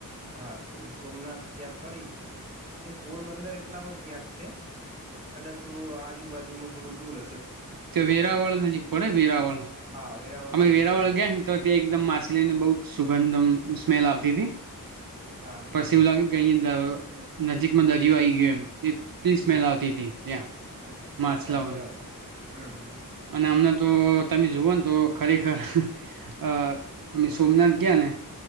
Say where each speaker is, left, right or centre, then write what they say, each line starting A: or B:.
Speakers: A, on the right; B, on the right.
A: હા તો એ સોમનાથ ત્યાં ફરી પછી પોરબંદર એટલામાં જ ક્યાંક છે. કદાચ થોડું આ બાજુમાં થોડું દૂરશ.
B: તે વેરાવળ નજીક પડે વેરાવળ.
A: હા વેરાવળ
B: અમે
A: નજીક
B: વેરાવળા
A: પડે
B: ગયા ને તો ત્યાં એકદમ માછ લઈને બહ જ સુગંધમ સ્મેલ આવતી હતી.
A: હા હા
B: પછી એવું લાગ્યું કે અહી ન નજીકમાં દરિયો આવી ગયો એમ એટલી સ્મેલ આવતી હતી. ત્યાં
A: અ
B: માછલાઓની
A: અચ્છા બરાબર હમ્મ હમ્મ.
B: અને અમને તો તમે જુવાન તો ખરેખર અ અમે સોમનાથ ગયા ને